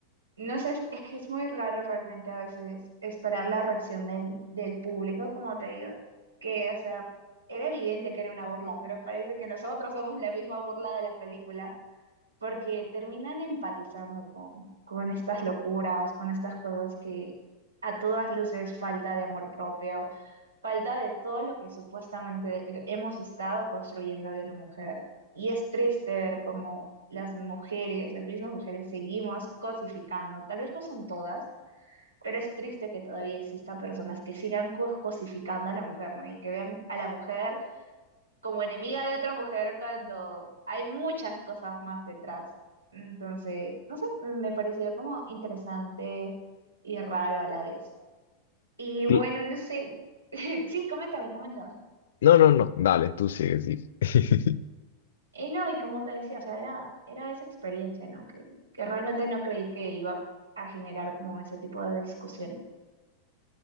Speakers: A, on the right; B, on the left.
A: no sé, es, es que es muy raro realmente a veces esperar la reacción del, del público, como te digo, que, o sea, era evidente que era una burla, pero parece que nosotros somos la misma burla de la película. porque terminan empatizando con, con estas locuras, con estas cosas que a todas luces falta de amor propio, falta de todo lo que supuestamente eh, hemos estado construyendo de una mujer. Y es triste ver cómo las mujeres, las mismas mujeres, seguimos cosificando. Tal vez no son todas, pero es triste que todavía exista personas que sigan cos- cosificando a la mujer, ¿no? Y que vean a la mujer como enemiga de otra mujer cuando hay muchas cosas más detrás. Entonces, no sé, me pareció como interesante y raro a la vez. Y bueno,
B: Cl-
A: no sé. <laughs> Sí, coméntame, coméntame.
B: No, no, no, dale, tú sigue, sigue. <laughs>
A: Y no, y como te decía, o sea, era, era esa experiencia, ¿no? Que, que realmente no creí que iba a generar como ese tipo de discusión.